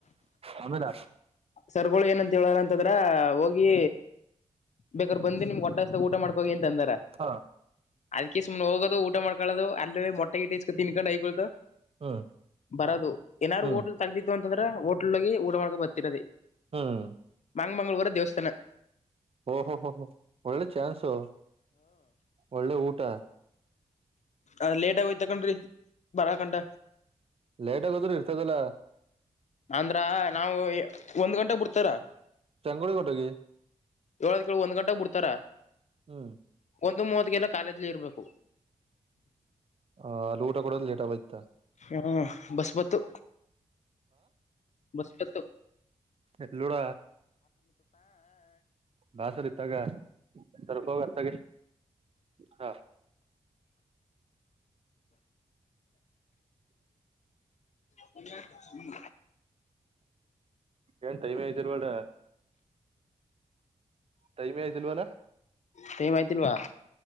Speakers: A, on the right; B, on the left.
A: ಅಮೇಲ
B: ಸರ್ ಗಳು ಏನಂತ ಹೇಳಾರಂತಂದ್ರ ಹೋಗಿ ಬೇಕ ಬಂದು ನಿಮ್ಗೆ ಹೊಟ್ಟಷ್ಟದ ಊಟ ಮಾಡ್ಕೋಗ ಏಂತ ಅಂದಾರ
A: ಹಾ
B: ಅದ್ ಸುಮ್ನೆ ಹೋಗೋದು ಊಟ ಮಾಡಕೊಳ್ಳೋದು ಅಲ್ಲೇ ಮೊಟ್ಟೆ ಇಟೇಸ್ಕ ತಿನ್ಕೊಂಡು ಹಐಕೊತ
A: ಹ್ಮ್
B: ಬರದು ಏನಾರು
A: ಹ್ಮ್
B: ಹೋಟ್ಲ್ ತಗದಿತಿತ್ತು ಅಂತಂದ್ರ ಹೋಟ್ಲ್ ಹೋಗಿ ಊಟ ಮಾಡ್ಕ ಬರ್ತಿರದ
A: ಹ್ಮ್
B: ಮಾಂಗಮಂಗಗಳೂರ ದೇವಸ್ಥಾನ
A: ಓಹೋ ಹ ಹ ಒಳ್ಳೆ ಚಾನ್ಸು ಒಳ್ಳೆ ಊಟ
B: ಅದ ಲೇಟ್ ಆಗೋಯ್ತ್ ತಕೊಂಡ್ರಿ ಬರಕಂಟ
A: ಲೇಟ್ ಆಗೋದ್ರು ಇರ್ತದಲ್ಲ
B: ಅಂದ್ರ ನಾವು ಒಂದ್ ಗಂಟೆ ಬಿಡ್ತಾರಾ
A: ಚಂಗೋಳ ಕೊಟೆಗೆ
B: ಏಳದ ಕೇಳ ಒಂದ್ ಗಂಟೆಗೆ ಬಿಡ್ತಾರ
A: ಹ್ಮ್
B: ಒಂದು ಮೂವತ್ಿಗೆಲ್ಲ ಕಾಲೇಜ್ಲಿ ಇರ್ಬೇಕು
A: ಆ ಅಲ್ಲಿ ಊಟ ಕೊಡದು ಲೇಟ್ ಆಗಯತ
B: ಹಾ ಬಸಪತ್ತು ಬಸ್ಪತ್ತು
A: ಎಲ್ಲೂಡ ಬಾಸರ್ ಇತ್ತಾಗ ಸ್ರ್ಪರ್ತ ಹಾ
B: ಹ ಹ್ಮ
A: ಏನ್ ಟೈಮೇ ಐತಿರ್ ಬಡ ಟೈಮೆ ಆಯತಿಲ್ವನಾ
B: ಸಏ ಮಾಹತಿಲ್ವಾ